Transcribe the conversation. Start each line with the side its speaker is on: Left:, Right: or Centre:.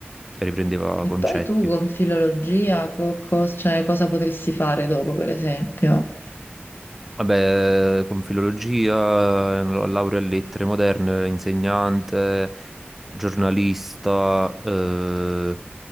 Centre: e riprendeva
Left: e
Centre: concetti.
Left: poi tu con filologia, co- cos- cioè, cosa potresti fare dopo, per esempio?
Centre: Vabbè, con filologia, eh, laurea in lettere moderne, insegnante, giornalista, eh,